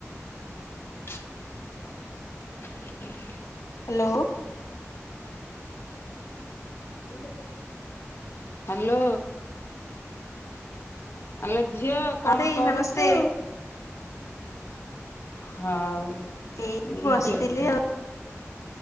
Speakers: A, on the left; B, on the left.
A: <inaudible>
B: Hello.
A: Hello କହ। Hello. Hello ଝିଅ
B: ହଁ
A: କଣ
B: ଦେଇ
A: କରୁଚୁ?
B: ନମସ୍ତେ।
A: ହଉ
B: ଏଇ
A: ବୁଢୀଟିଏ
B: ବସିଥିଲି
A: ହେଇଥା।
B: ଆଉ।